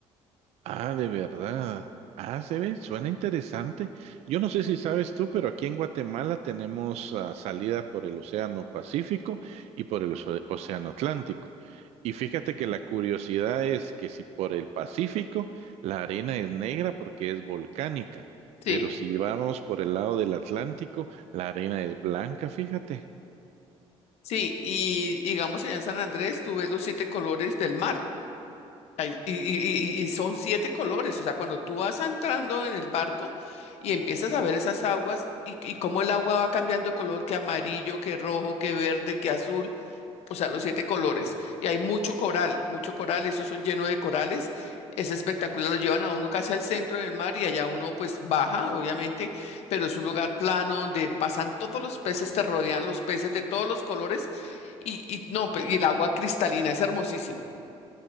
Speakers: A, on the right (about 70°); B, on the left (about 70°).
A: Ah, de verdad. Ah, se ve, suena interesante. Yo no sé si sabes tú, pero aquí en Guatemala tenemos ah, salida por el Océano Pacífico y por el Oce- Océano Atlántico. Y fíjate que la curiosidad es que si por el Pacífico la arena es negra porque es volcánica,
B: Sí.
A: pero si vamos por el lado del Atlántico, la arena es blanca, fíjate.
B: Sí, y digamos allá en San Andrés tú ves los siete colores del mar. Ay, Y, y- y- y son siete colores, o sea, cuando tú vas entrando en el barco y empiezas a ver esas aguas y, y cómo el agua va cambiando de color, que amarillo, que rojo, que verde, que azul, o sea, los siete colores. Y hay mucho coral, mucho coral, eso es lleno de corales, es espectacular, lo llevan a uno casi al centro del mar y allá uno pues baja, obviamente, pero es un lugar plano donde pasan todos los peces, te rodean los peces de todos los colores y, y no, pe- y el agua cristalina, es hermosísimo.